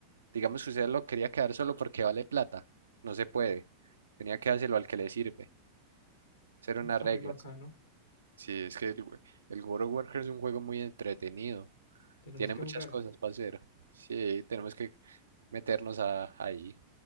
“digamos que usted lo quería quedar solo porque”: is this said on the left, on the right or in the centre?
Right